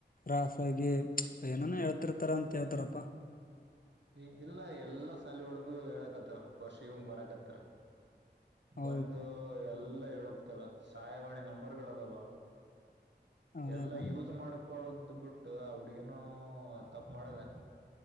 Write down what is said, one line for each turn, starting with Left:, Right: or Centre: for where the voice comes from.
Left: ರಾಸ ಆಗಿ ಏನನ ಹೇಳ್ತಿರ್ ಹತ್ತರ ಅಂತ ಹಳ್ತಾರಪ್ಪ
Right: ಈಗಿಲ್ಲ ಎಲ್ಲಾ ಸಾಲ ಒಳಗು ಹೇಳಕತ್ತಾರ ವರ್ಷಿಗ ಒಂದ್ ಬರಕತ್ತಾರ
Left: ಹೌದ
Right: ಬಂದು ಎಲ್ಲಾ ಹೇಳಕ್ತಾರ ಸಹಾಯವಾಣಿ ನಂಬರ್ಗಳದವಾ
Left: ಹೌದಪ್ಪಾ
Right: ಎಲ್ಲಾ ಯೂಸ್ ಮಾಡ ಕ್ಕಳದ ಬಿಟ್ಟು ಅವಡ್ಗನೂ ತಪ್ಪು ಮಾಡದ